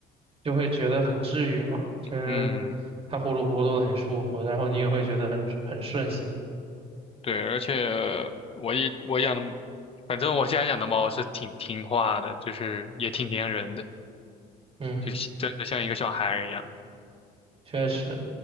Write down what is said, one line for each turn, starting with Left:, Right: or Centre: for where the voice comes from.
Right: 就会觉得很治愈嘛，就是
Left: 嗯，
Right: 它呼噜呼噜很舒服，然后你也会觉得很很顺心，
Left: 对，而且我也我养的，反正我家养的猫是挺听话的，就是也挺粘人的，
Right: 嗯，
Left: 就是真的像一个小孩儿一样。
Right: 确实。